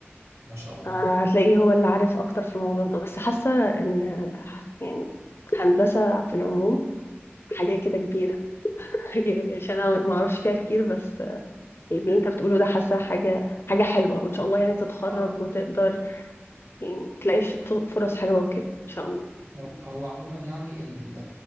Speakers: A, on the right (about 85°); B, on the left (about 60°).
A: ما شاء الله
B: فهتلاقيه هو اللي عارف اكتر في الموضوع ده بس حاسه ان ه- يعني هندسه في العموم حاجه كده كبيره <laughs> يعني عشان انا ما اعرفش فيها كتير بس اللي انت بتقوله ده حاسه
A: اه
B: حاجه حاجه حلوه وان شاء الله يعني تتخرج
A: آه. آه.
B: وتقدر يعني تلاقي ش- ف- فرص حلوه وكده ان شاء الله
A: هو هو عموما يعني ال-